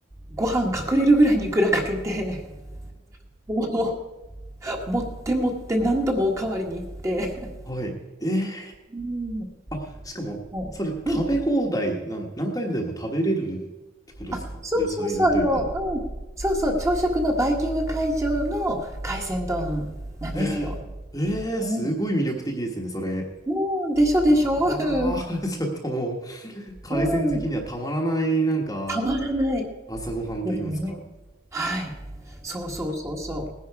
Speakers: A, on the right; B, on the left.
A: うご飯隠れるぐらいにいくらかけて、<laughs> もう持って持って何度もおかわりに行って。
B: はい。え
A: うん。
B: ー、あ、しかも、
A: もううん
B: それ食べ放題なん、何回もでも食べれるってことですかよそいるというか。
A: あ、そうそうそう、あの、うん、そうそう、朝食のバイキング会場の海鮮丼なんですよ。
B: えー、えー、
A: うん。
B: すごい魅力的ですね、それ。
A: うん、でしょでしょ。
B: わあ、
A: <laughs> うん。
B: <laughs> ちょっともう、海鮮好きにはたまらない、
A: うん。
B: なんか、
A: たまらない
B: 朝ごはんと言いますか。
A: ですね。はい。そうそうそうそ